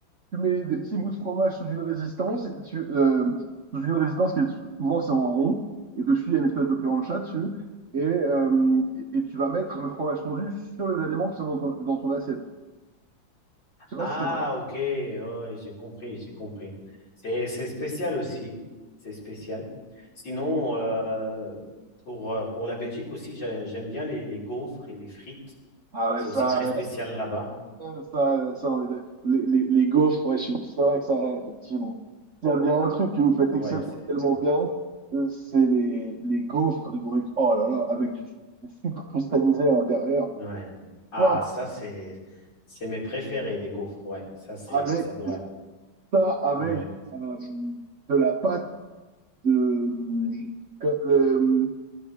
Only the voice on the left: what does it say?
Ah,
ok, ouais, j'ai compris, j'ai compris. C'est, c'est spécial aussi, c'est spécial. Sinon, euh, pour, euh, pour la Belgique aussi, j'ai- j'aime bien les, les gaufres et les frites.
C'est
aussi très spécial là-bas.
Ouais, c'est,
ouais. Ah,
ça, c'est, c'est mes préférés, les gaufres. Ouais, ça, c'est,
c'est adorable.
Ouais.